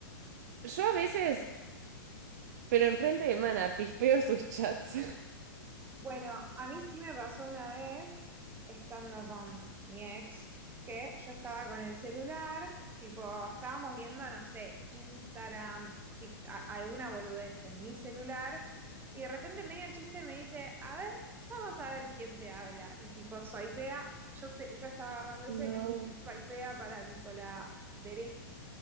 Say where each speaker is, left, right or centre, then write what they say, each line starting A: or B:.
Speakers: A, on the right; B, on the right.
A: yo a veces, pero enfrente de Mana, pispeo sus chats. <laughs>
B: Bueno, a mí sí me pasó una vez, estando con mi ex, que yo estaba con el celular, tipo, estábamos viendo, no sé, Instagram, Tik- a- alguna boludez en mi celular, y de repente medio en chiste me dice, a ver, vamos a ver quién te habla. Y tipo, swipea, yo, te- yo estaba agarrando el
A: No.
B: celular, swipea para tipo la derecha,